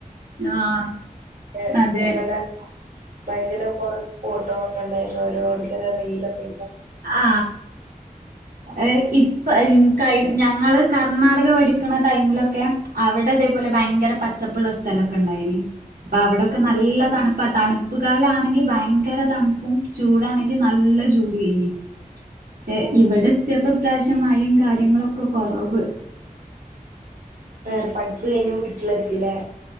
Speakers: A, on the right; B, on the right.
A: ആഹ്
B: ന്നെ
A: അതെ.
B: ഇവിട ഭയങ്കര കൊറ ഫോട്ടോകളൊക്കെ ഉണ്ടായിരുന്നു ഓരോരുത്തരെ റീലോക്കെ
A: ആ ആ ഏ ഇപ്പ ക ഞങ്ങള് കർണാടക പഠിക്കുണ ടൈമിലൊക്കെ അവിടെ അതേപോലെ ഭയങ്കര പച്ചപ്പുള്ള സ്ഥലൊക്കെ ഉണ്ടായിന്. അപ്പൊ അവിടെക്കെ
B: ആഹ്
A: നല്ല തണുപ്പ. തണു പ്പുകാലാണെങ്കി ഭയങ്കര തണുപ്പും ചൂടാണെങ്കി നല്ല ചൂട് എനി പക്ഷെ
B: ആഹ്
A: ഇവിടെത്തിപ്പോ ഇപ്രാവശ്യം മഴയും കാര്യങ്ങളും ഒക്കെ കുറവ്.
B: ആ പഠിപ്പ് കഴിഞ്ഞി ട്ടിലെ ഇല്ലേ.